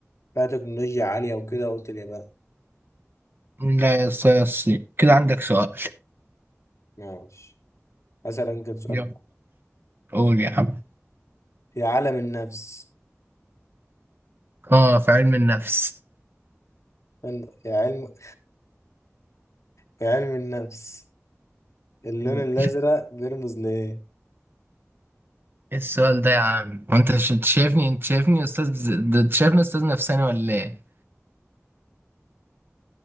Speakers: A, on the left; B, on the right.
A: فيها تكنولوجيا عالية وكده قلت اليابان
B: لا يا اسطى يا الصين كده عندك سؤال
A: ماشي مثلا كده سؤال
B: يلا قول يا عم
A: في عالم النفس
B: اه في علم النفس
A: فن- في علم في علم النفس اللون
B: أوه.
A: الأزرق بيرمز لإيه؟
B: ايه السؤال ده يا عم وانت ش- انت شايفني انت شايفني استاذ انت شايفني استاذ نفساني ولا ايه